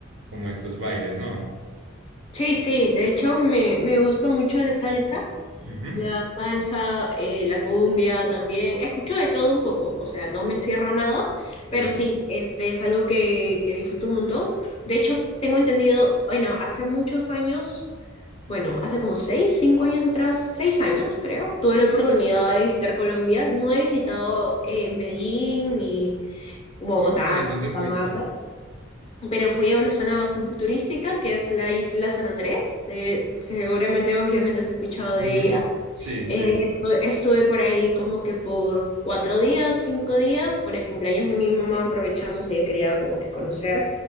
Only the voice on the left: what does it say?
Sí, sí, de hecho me, me gusta mucho la salsa.
La salsa, eh, la cumbia también. Escucho de todo un poco, o sea, no me cierro a nada,
pero sí, este es algo que, que disfruto un montón. De hecho, tengo entendido, bueno, hace muchos años, bueno, hace como seis, cinco años atrás, seis años creo, tuve la oportunidad de visitar Colombia. No he visitado eh, Medellín ni Bogotá,
Santa
Marta, pero fui a una zona bastante turística que es la isla San Andrés. de- seguramente, obviamente, has escuchado
de ella.
Eh, estu- estuve por ahí como que por cuatro días, cinco días, por el cumpleaños de mi mamá aprovechamos, ella quería como que conocer.